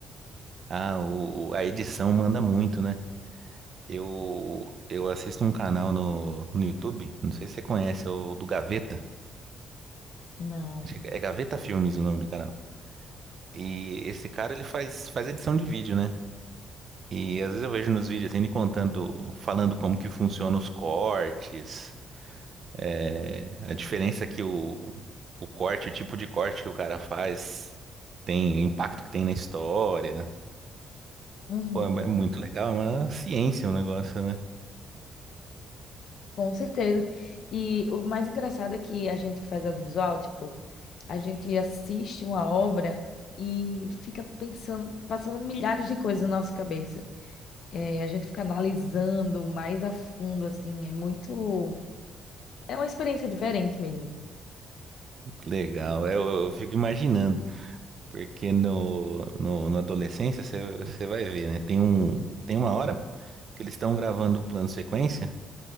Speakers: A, on the right; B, on the left.
A: Ah, o, a edição manda muito, né? Eu, eu assisto um canal no, no YouTube, não sei se você conhece, é o do Gaveta.
B: Não.
A: Acho que É Gaveta Filmes o nome do canal. E esse cara, ele faz, faz edição de vídeo, né? E às vezes eu vejo nos vídeos assim, ele contando, falando como que funcionam os cortes, É, a diferença é que o, o corte, o tipo de corte que o cara faz, tem o impacto que tem na história.
B: Uhum.
A: Pô, é é muito legal, é uma ciência o negócio, né?
B: Com certeza. E o mais engraçado é que a gente que faz audiovisual, tipo, a gente assiste uma obra e fica pensando, passando milhares de coisas na nossa cabeça. É, a gente fica analisando mais a fundo, assim, é muito. É uma experiência diferente mesmo.
A: Legal, é, eu, eu fico imaginando, porque no, no, na adolescência você você vai ver, né? Tem um, tem uma hora que eles estão gravando o plano sequência.